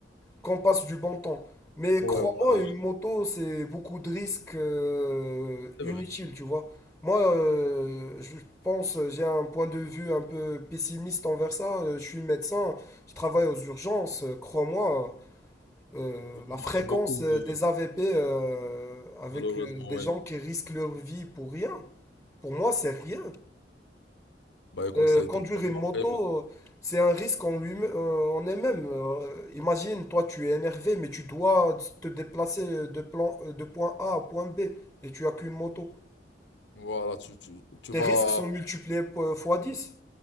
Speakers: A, in the centre; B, on the left.
A: qu'on passe du bon temps. Mais
B: Ouais,
A: crois-moi,
B: voilà.
A: une moto, c'est beaucoup de risques euh,
B: C'est
A: inutiles,
B: vrai.
A: tu vois. Moi, euh, je pense, j'ai un point de vue un peu pessimiste envers ça. Euh, Je suis médecin, je travaille aux urgences. Euh, Crois-moi, euh,
B: Vous voyez
A: la fréquence
B: beaucoup
A: euh,
B: de...
A: des AVP euh, avec
B: Malheureusement,
A: euh, des
B: ouais.
A: gens qui risquent leur vie pour rien, pour moi, c'est rien.
B: Bah écoute,
A: Euh,
B: c'est
A: conduire
B: totalement
A: une moto,
B: vrai. mais
A: euh, c'est un risque en lui, euh, en elle-même. Euh, imagine, toi, tu es énervé, mais tu dois te déplacer de plan, euh, de point A à point B et tu as qu'une moto.
B: Voilà, tu, tu, tu
A: Tes
B: vas...
A: risques sont multipliés po- fois dix,